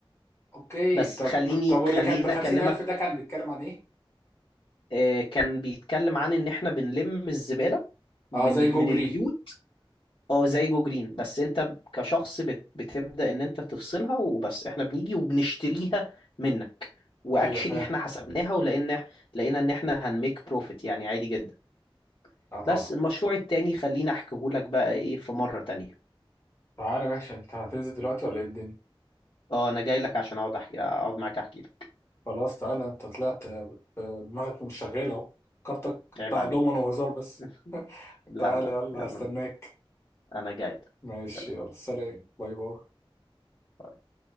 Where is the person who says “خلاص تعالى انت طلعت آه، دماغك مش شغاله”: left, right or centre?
Left